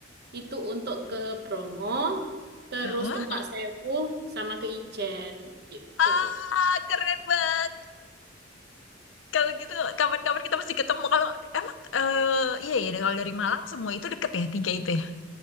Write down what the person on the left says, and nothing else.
heeh.
Ah, keren banget. Kalau gitu kapan-kapan kita mesti ketemu. Kalau emang eh iya ya kalau dari Malang semua itu deket ya tiga itu ya.